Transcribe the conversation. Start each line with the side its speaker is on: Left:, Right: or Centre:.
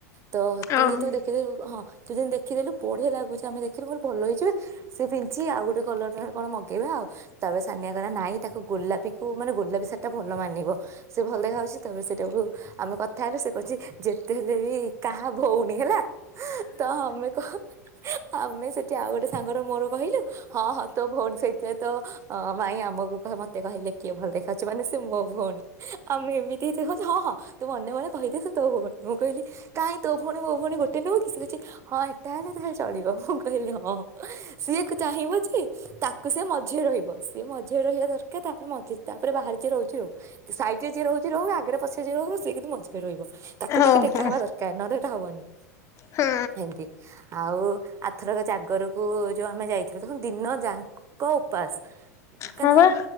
Right: ତ ତୁ
Left: ଓହୋ
Right: ଯେତେବେଳେ ଦେଖେଇହେଲୁ ହଁ ତୁ ଯେମତି ଦେଖିଦେଲୁ ବଢିଆ ଲାଗୁଛି ଆମେ ଦେଖିଲୁ ଗୋଟେ ଭଲ ହେଇଛିବେ ସେଏ ପିଞ୍ଚି ଆଉ ଗୋଟେ କଲର କଣ ମଗେଇବା ଆଉ ତାପରେ ସାନିଆ କହିଲା ନାଇଁ ତାକୁ ଗୋଲାପୀକୁ ମାନେ ଗୋଲାପୀ ସାରଟା ଭଲ ମାନିବ ସେ ଭଲ ଦେଖାହେଉଛି ତାପରେ ସେଟାକୁ ଆମେ କଥା ହେଲୁ ସେ କହିଛି ଯେ ଯେତେ ହେଲେ ବି କାହା ଭଉଣୀ ହେଲା। ହଁ ତ ମୋମି କହ ଆମେ ସେଠି ଆଉ ଗୋଟେ ସାଙ୍ଗର ମୋର କହିଲୁ ହଁ ହଁ ତୋ ଭଉଣୀ ସେଇଥିରେ ତ ଭାଇ ଆମକୁ ମୋତେ କହିଲେ କିଏ ଭଲ ଦେଖାାଉଛି ମାନେ ସେ ମୋ ଭଉଣୀ ଆମେ ଏମିତି ହେଇଥଛ ହଁ ହଁ ତୁ ମନେ ମନେ କହିଦେ ସେ ତୋ ଭଉଣୀ। ମୁଁ କହିଲି କାହିଁ ତୋ ଭଉଣୀ ମୋ ଭଉଣୀ ଗୋଟେ ନୁହଁ କି ସେ କିଛି ହଁ ଏଟା ହେଲେ ତାହେଲେ ଚଳିବ ମୁଁ କହିଲି ହଁଁ ସିଏ ଚାହିଁବ ଯେ ତାକୁ ସିଏ ମଝିରେ ରହିବ ସିଏ ମଝିରେ ରହିବା ଦରକାର ତାପରେ ମଝି ତାପରେ ବାହାରେ ଯିଏ ରହୁଛି ରହୁ ସାଇଟି ରେ ଯିଏ ରହୁଛି ରହୁ ଆଗରେ ପଛରେ ଯିଏ ରହୁ ସିଏ କିନ୍ତୁ ମଝିରେ ରହିବ ତାକୁ ଟିକେ
Left: ଓହୋ
Right: ଟେକା ହେବା ଦରକାର ନହେ- ହବନି
Left: ହଁ
Right: ଏମିତି ଆଉ ଆଥରକ ଜାଗରକୁ ଯୋଉ ଆମେ ଯାଇଥିଲୁ ଦେଖନ୍ତୁ ଦିନ ଯାକ ଉପାସ କାହିଁକ
Left: ହଁ ବା